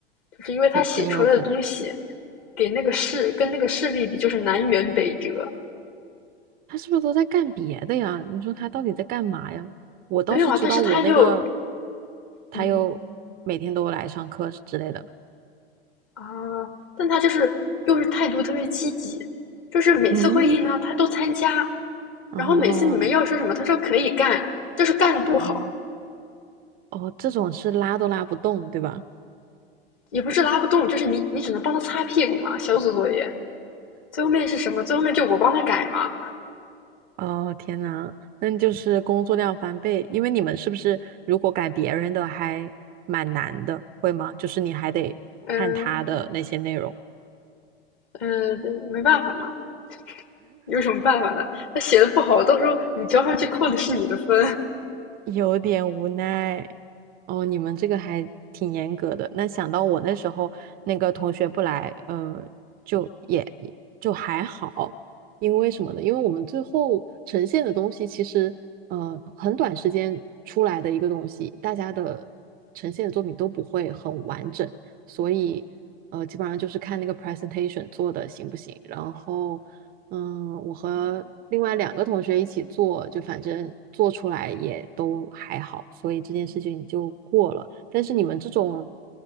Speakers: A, on the left; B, on the right.
A: 就是因为他写出来的东西
B: 有很有可能，
A: 给那个事跟那个事例比就是南辕北辙。
B: 他是不是都在干别的呀？你说他到底在干嘛呀？我倒是知道我那个，
A: 没有啊，但是他又
B: 他又每天都来上课之类的。
A: 嗯，啊，但他就是又是态度特别积极，就是每次会议呢他都参加，
B: 嗯，哦
A: 然后每次你们要说什么，他说可以干，就是干的不好，
B: 哦哦，这种是拉都拉不动，对吧？
A: 也不是拉不动，就是你你只能帮他擦屁股嘛，小组作业。最后面是什么？最后面就我帮他改嘛，
B: 哦，天呐，那就是工作量翻倍，因为你们是不是如果改别人的还蛮难的，会吗？就是你还得看他的那些内容。
A: 嗯、呃嗯、呃没办法嘛，有什么办法呢？他写的不好，到时候你交上去扣的是你的分
B: 有点无奈。哦，你们这个还挺严格的。那想到我那时候那个同学不来，嗯、就也也就还好，因为什么呢？因为我们最后呈现的东西其实，呃，很短时间出来的一个东西，大家的呈现的作品都不会很完整，所以，呃，基本上就是看那个 presentation 做的行不行，然后嗯，我和另外两个同学一起做，就反正做出来也都还好，所以这件事情就过了。但是你们这种